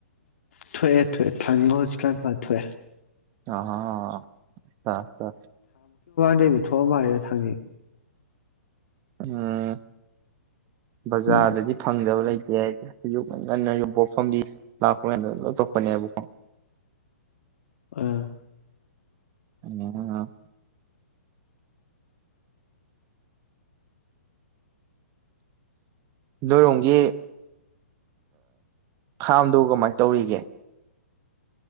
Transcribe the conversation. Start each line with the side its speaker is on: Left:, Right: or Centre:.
Left: ꯊꯣꯛꯑꯦ ꯊꯣꯛꯑꯦ ꯊꯪꯖꯤꯡ ꯀꯥꯏ ꯐ ꯊꯑꯦ
Right: ꯑꯥ ꯇ ꯇ
Left: ꯅꯕ ꯊꯣꯑ ꯃꯥꯏꯅ ꯊꯥꯡꯉꯤ
Right: ꯎꯝ ꯕꯖꯥꯔꯗꯗꯤ
Left: ꯎꯝ
Right: ꯐꯪꯗꯕ ꯂꯩꯇꯦ ꯍꯥꯏꯁꯦ ꯉꯟꯅ ꯌ ꯄꯣꯔꯐꯝꯗꯤ ꯂꯥꯛꯄꯗ ꯂꯧꯊꯣꯛꯄꯅꯦꯕꯀꯣ
Left: ꯑꯥ
Right: ꯑ ꯅꯣꯏꯔꯣꯡꯒꯤ ꯐꯝꯗꯣ ꯀꯃꯥꯏꯅ ꯇꯧꯔꯤꯒꯦ